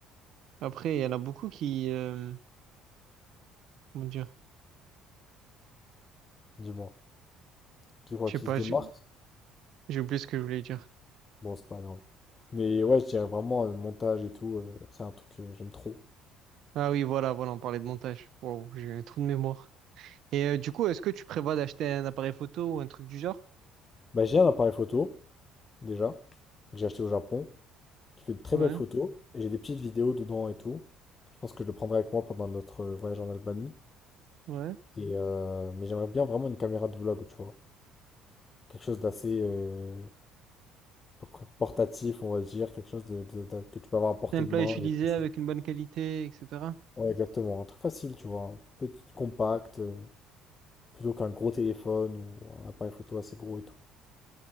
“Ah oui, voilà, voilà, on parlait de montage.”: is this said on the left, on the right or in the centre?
Right